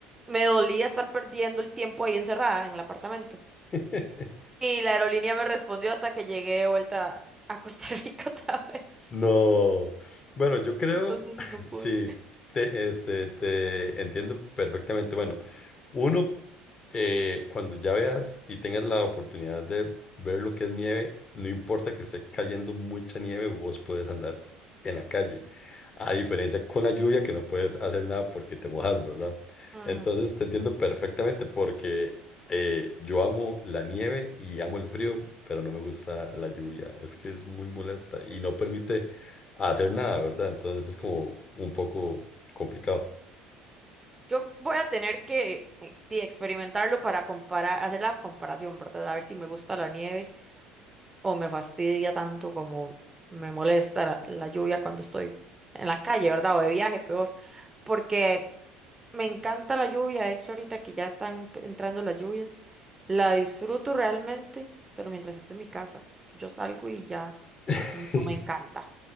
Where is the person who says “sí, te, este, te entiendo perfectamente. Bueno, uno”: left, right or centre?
Left